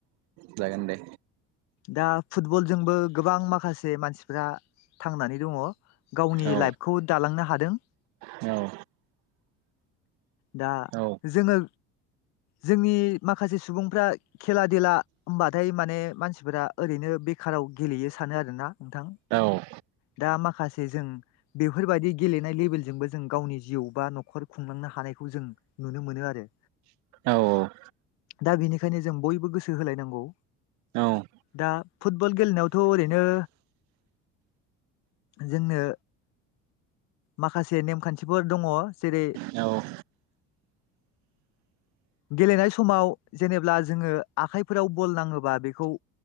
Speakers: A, on the right (about 70°); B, on the left (about 60°).
A: जागोन दे
B: दा फुटबलजोंबो गोबां माखासे मानसिफ्रा थांनानै दङ गावनि
A: औ
B: लाइफखौ दालांनो हादों
A: औ
B: दा
A: औ
B: जोङो जोंनि माखासे सुबुंफ्रा खेला देला होमबाथाय माने मानसिफोरा ओरैनो बेखाराव गेलेयो सानो आरोना नोंथां
A: औ
B: दा माखासे जों बेफोरबायदि गेलेनाय लेभेलजोंबो जों गावनि जिउ बा नखर खुंलांनो हानाय खौ जों नुनो मोनो आरो
A: औ औ
B: दा बिनिखायनो जों बयबो गोसो होलायनांगौ
A: औ
B: दा फुटबल गेलेनायावथ' ओरैनो जोंनो माखासे नेमखान्थिफोर दङ जेरै
A: औ
B: गेलेनाय समाव जेनेब्ला जोङो आखाइफोराव बल नाङोबा बेखौ